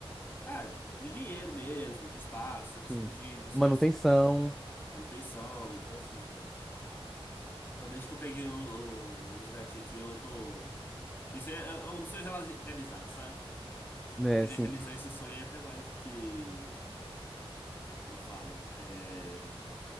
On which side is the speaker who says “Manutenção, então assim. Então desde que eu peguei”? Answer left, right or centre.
Left